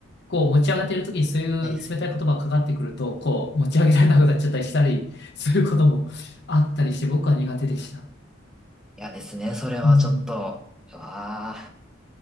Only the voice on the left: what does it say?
こう持ち上がっている時にそういう冷たい言葉がかかってくると、
こう持ち上げられなくなっちゃったりしたりすることもあったりして、僕は苦手でした。
うん。